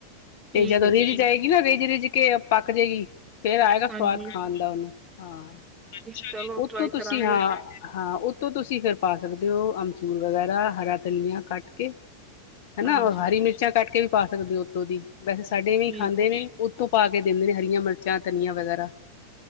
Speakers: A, on the right (about 20°); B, on the left (about 50°).
A: ਠੀਕ
B: ਤੇ ਜਦੋਂ
A: ਹੈ
B: ਰੀਝ
A: ਜੀ ਠੀਕ
B: ਜਾਏਗੀ
A: ਹੈ
B: ਨਾ ਰੀਝ -ਰਿੱਝ ਕੇ ਪੱਕ ਜੇਗੀ ਫੇਰ ਆਏਗਾ ਸਵਾਦ
A: ਹਾਂਜੀ
B: ਖਾਣ ਦਾ ਓਨੂੰ, ਹਾਂ। ਅੱਛਾ
A: ਚਲੋ
B: ਜੀ, ਓਤੋਂ
A: ਟਰਾਈ
B: ਤੁਸੀਂ
A: ਕਰਾਂਗੇ
B: ਹਾਂ-ਹਾਂ ਓ ਤੋਂ ਤੁਸੀਂ ਫਿਰ ਪਾ ਸਕਦੇ ਓ ਅਮਚੂਰ ਵਗੈਰਾ, ਹਰਾ ਧਨੀਆ ਕੱਟ ਕੇ ਹਨਾ
A: ਹਾਂਜੀ
B: ਹਰੀ ਮਿਰਚਾਂ ਕੱਟ ਕੇ ਵੀ ਪਾ ਸਕਦੇ ਓ ਉਤੋਂ ਦੀ ਵੈਸੇ ਸਾਡੇ
A: ਠੀਕ
B: ਵੀ ਖਾਂਦੇ
A: ਹੈ
B: ਨੇ
A: ਜੀ
B: ਓਤੋਂ ਪਾ ਕੇ ਦੇਂਦੇ ਨੇ ਹਰੀਆਂ ਮਿਰਚਾਂ ਧਨੀਆ ਵਗੈਰਾ।